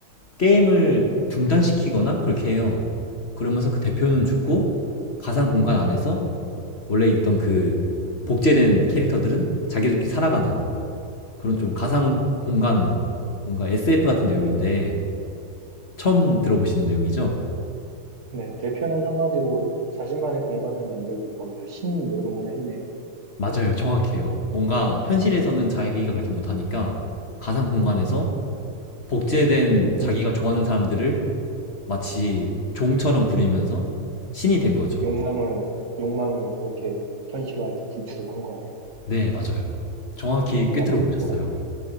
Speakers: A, on the left; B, on the right.
A: 게임을 중단시키거나 그렇게 해요. 그러면서 그 대표는 죽고 가상 공간 안에서 원래 있던 그 복제된 캐릭터들은 자기들끼리 살아가는 그런 좀 가상 공간 뭔가 SF 같은 내용인데 처음 들어보시는 내용이죠?
B: 네, 대표는 한마디로 자신만의 공간을 만들고 거기서 신노름을 했네요.
A: 맞아요. 정확해요. 뭔가 현실에서는 자기가 그렇게 못하니까 가상 공간에서 복제된 자기가
B: 욕,
A: 좋아하는 사람들을 마치 종처럼 부리면서 신이 된 거죠.
B: 욕망을, 욕망을 그렇게 현실화해서 분출을 한 거네요.
A: 네, 맞아요. 정확히 꿰뚫어
B: 나쁜
A: 보셨어요.
B: 쪽으로.